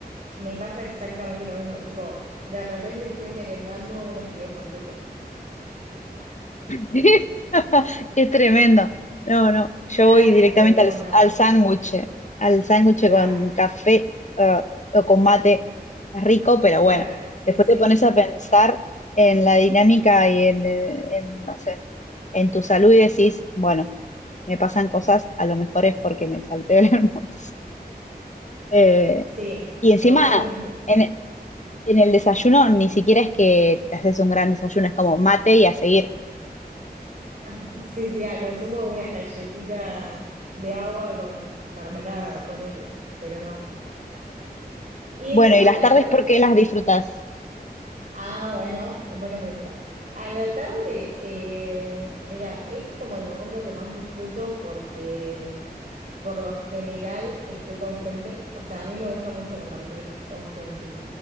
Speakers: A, on the right; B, on the left.
A: Me pasa exactamente lo mismo, tipo, de repente estoy merendando unos fideos con tuco.
B: <laughs> Es tremendo. No, no,
A: Nada
B: yo voy
A: tiene
B: directamente
A: que ver con
B: al,
A: nada.
B: al sándwich, al sándwich
A: Claro,
B: con café eh, o con mate. Es rico, pero
A: claro,
B: bueno,
A: sí,
B: después
A: sí,
B: te pones a pensar en la dinámica y en, eh, en, no sé, en tu salud y decís, bueno, me pasan cosas, a lo mejor es porque me salté el <laughs> almuerzo. Eh,
A: sí,
B: y encima,
A: totalmente.
B: en, en el desayuno ni siquiera es que te haces un gran desayuno, es como mate y a seguir.
A: <laughs> Sí, sí, a lo sumo una galletita de agua con mermelada, ponele, pero no. Y
B: Bueno,
A: después
B: ¿y las
A: a la
B: tardes
A: tarde,
B: por qué las disfrutas?
A: ah, bueno, buena pregunta. A la tarde, eh, mira, es como el momento que más disfruto porque Por lo general estoy con gente, o sea, a mí me gusta mucho compartir con gente.